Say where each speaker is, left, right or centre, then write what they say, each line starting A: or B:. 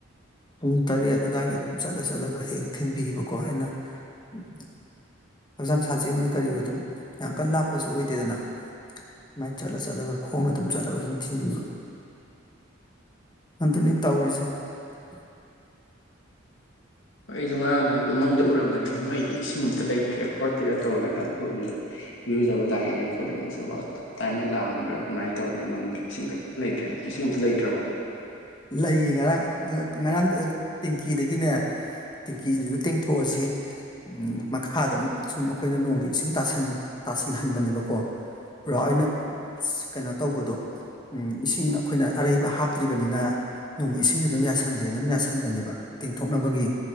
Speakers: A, on the left (about 20°); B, on the left (about 70°).
A: ꯄꯨꯡ ꯇꯔꯦꯠ ꯑꯗꯨꯋꯥꯏꯒꯤ ꯑꯗꯨꯝ ꯆꯠꯂ ꯆꯠꯂꯒ ꯍꯦꯛ ꯊꯤꯟꯕꯤꯕꯀꯣ ꯑꯩꯅ ꯑꯝ ꯍꯛꯆꯥꯡ ꯁꯥꯖꯦꯜ ꯍꯣꯏ ꯀꯔꯤ ꯑꯣꯏ ꯑꯗꯨꯝ ꯌꯥꯝ ꯀꯟꯅ ꯂꯥꯞꯄꯁꯨ ꯑꯣꯏꯗꯦꯗꯅ ꯑꯗꯨꯃꯥꯏꯅ ꯆꯠꯂ ꯆꯠꯂꯒ ꯈꯣꯡꯅ ꯑꯗꯨꯝ ꯆꯠꯂꯒ ꯑꯗꯨꯝ ꯊꯤꯟꯕꯤꯕ ꯑꯗꯨꯅꯤ ꯇꯧꯔꯤꯖꯦ <inaudible>
B: ꯍꯣꯏ ꯑꯩꯗꯣ ꯉꯔꯥꯡ ꯅꯪꯗꯣ ꯃꯪꯗ ꯎꯔꯝꯕꯅꯤꯅꯦ ꯅꯣꯏꯒꯤ ꯏꯁꯤꯡ ꯑꯇ ꯂꯩꯇ꯭ꯔꯦ ꯈꯣꯠꯇꯦꯒ ꯇꯧꯔꯒꯅꯦ ꯑꯩꯈꯣꯏꯔꯣꯝꯗ ꯏꯔꯨꯖꯕ ꯂꯥꯛꯏꯅꯦ ꯈꯣꯠꯂꯤꯅꯦ ꯏꯁꯧꯒꯁꯦ ꯇꯞ ꯇꯥꯏꯅ ꯂꯥꯡꯉꯒ ꯑꯗꯨꯃꯥꯏꯅ ꯇꯧꯔꯝꯃꯦ ꯃꯪꯗ ꯏꯁꯤꯡꯒ ꯀꯩꯝ ꯂꯩꯇ꯭ꯔꯦ ꯅꯣꯢ ꯏꯁꯤꯡ ꯑꯝꯇ ꯂꯩꯇ꯭ꯔꯕ
A: ꯂꯩꯌꯦ ꯉꯔꯥꯡ ꯉꯔꯥꯡ ꯇꯦꯡꯀꯤꯗꯒꯤꯅꯦ ꯇꯦꯡꯀꯤꯁꯨ ꯇꯦꯡꯊꯣꯛꯑꯁꯤ ꯃꯈꯥꯗ ꯁꯨꯝ ꯑꯩꯈꯣꯏꯅ ꯅꯣꯡꯒꯤ ꯏꯁꯤꯡ ꯇꯥꯁꯜ ꯇꯥꯁꯜꯍꯟꯕꯅꯦꯕꯀꯣ ꯄꯨꯔꯥ ꯑꯣꯏꯅ ꯀꯩꯅꯣ ꯇꯧꯕꯗꯣ ꯑꯝ ꯏꯁꯤꯡ ꯑꯩꯈꯣꯏꯅ ꯑꯔꯩꯕ ꯍꯥꯞꯇ꯭ꯔꯤꯕꯅꯤꯅ ꯅꯣꯡꯒꯤ ꯏꯁꯤꯡꯁꯦ ꯑꯗꯨꯝ ꯌꯥꯁꯟꯖꯦꯅ ꯑꯗꯨꯝ ꯌꯥꯁꯟꯕꯅꯦꯕ ꯇꯦꯡꯊꯣꯛꯅꯕꯒꯤ